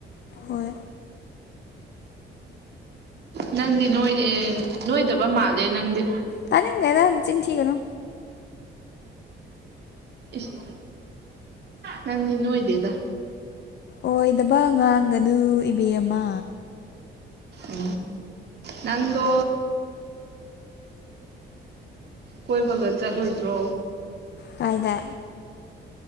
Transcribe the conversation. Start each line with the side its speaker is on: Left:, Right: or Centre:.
Left: ꯍꯣꯏ
Right: ꯅꯪꯗꯤ ꯅꯣꯏꯗꯦ ꯅꯣꯏꯗꯕ ꯃꯥꯜꯂꯦ ꯅꯪꯗꯤ
Left: ꯇꯥꯅꯤꯡꯗꯦꯔ ꯅ ꯆꯤꯟ ꯊꯤꯒꯅꯨ
Right: ꯏꯁ ꯅꯗ ꯅꯣꯣꯏꯗꯦꯗ
Left: ꯑꯣꯏꯗꯕ ꯉꯥꯡꯒꯅꯨ ꯏꯕꯦꯝꯃ
Right: ꯎ ꯅꯪꯗ ꯀꯣꯏꯕꯒ ꯆꯠꯂꯣꯏꯗ꯭ꯔꯣ
Left: ꯀꯥꯏꯗ